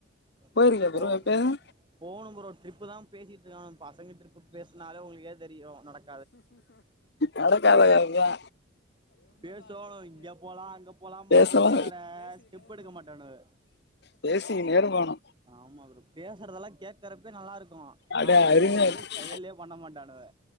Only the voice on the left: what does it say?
போயிருக்கியா
ப்ரோ எப்பயாவது
நடக்காத கததா
பேசலா
பேசிகுனே இருப்பானு
அட அருமையா
இருக்கு